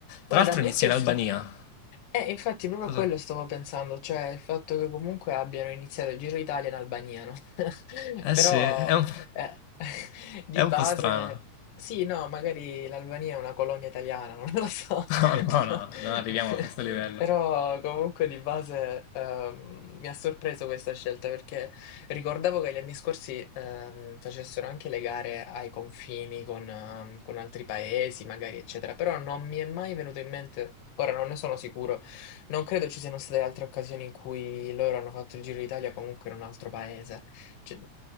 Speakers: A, on the left (about 70°); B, on the left (about 85°).
A: Guarda,
B: Tra l'altro
A: a me
B: inizia
A: è piaciuta.
B: in Albania. Non
A: Eh, infatti proprio
B: so
A: a quello
B: se-
A: stavo pensando, cioè il fatto che comunque abbiano iniziato il Giro d'Italia in Albania, no? <laughs>
B: Eh
A: Però
B: sì, è un,
A: eh, <laughs> di
B: è un
A: base,
B: po' strano. <laughs>
A: sì, no, magari l'Albania è una colonia italiana, <laughs> non lo so, <laughs>
B: No, no,
A: però,
B: no, non arriviamo a
A: <laughs>
B: questo livello.
A: però comunque di base ehm, mi ha sorpreso questa scelta perché Ricordavo che gli anni scorsi ehm, facessero anche le gare ai confini con, ehm, con altri paesi, magari, eccetera, però non mi è mai venuto in mente, ora non ne sono sicuro, non credo ci siano state altre occasioni in cui loro hanno fatto il Giro d'Italia comunque in un altro paese. Cioè,